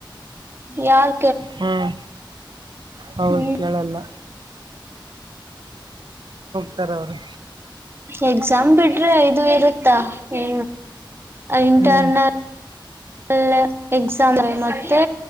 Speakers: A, on the right; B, on the right.
A: ಯಾರ
B: ಹ್ಮ್ ಹೌದು
A: ಹ್ಮ್
B: ಕೇಳಲ್ಲ ತರೋ ರ
A: ಎಕ್ಸಾಮ್ ಬಿಟ್ರೆ ಇಐದು ಇರುತ್ತಾ ಹ ಇಂಟರ್ನಲ್
B: ಹ್ಮ್
A: ಹ್ಮ ಎಕ್ಸಾಮ್ ಮತ್ತೆ